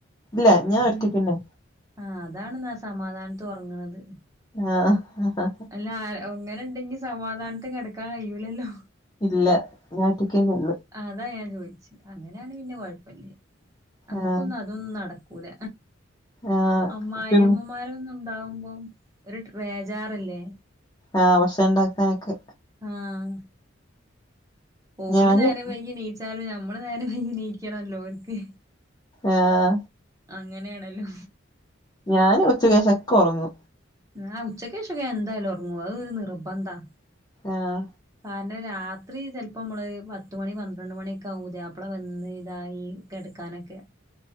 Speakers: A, on the left (about 20°); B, on the right (about 15°).
A: ഇല്ല ഞാൻ ഒറ്റക്കന്നെ
B: ആ അതാണ് നാ സമാധാനത്ത് ഒർങ്ങ്ണത്
A: ആഹ്
B: അല്ല ആ അങ്ങനെ ണ്ടെങ്കി സമാധാനത്തി കെടക്കാൻ കഴിയൂലല്ലോ
A: ഇല്ല ഞാനൊറ്റക്കന്നെ ഒള്ള്
B: അതാ ഞാൻ ചോയിച്ച് അങ്ങനെണേ പിന്നെ കൊഴപ്പല്ല്യ നമ്മക്കൊന്നും
A: ആഹ്
B: അ തൊന്നും നടക്കൂല
A: ആഹ്
B: അമ്മായിമ്മമാരൊന്നും
A: ഉപ്പയും
B: ന്താവുമ്പോം ഒരു വേജാറല്ലേ
A: ആ ഭഷ ണ്ടാക്കാനൊക്കെ
B: ആഹ് ഒല്
A: ഞാനും
B: നേരം വൈകി നീച്ചാലും നഞമ്മള് നേരം വൈകി നീക്ക നീക്കണല്ലോനിക്ക്
A: ആഹ്
B: അങ്ങനെയാണല്ലോ
A: ഞാൻ ഉച്ച ക്കേഷക്കെ ഉറങ്ങു
B: ആ ഉച്ചക്കശൊക്കെ എന്തായാലും ഉറങ്ങു അതൊരു നിർബന്ധാ
A: ആഹ
B: കാരണം രാത്രി ചിലപ്പോ നമ്മള് പത്ത മണി പന്ത്രണ്ട് മണിയൊക്കെ ആകു പുതിയാപ്പിള വന്ന് ഇതായി കെടുക്കാനൊക്കെ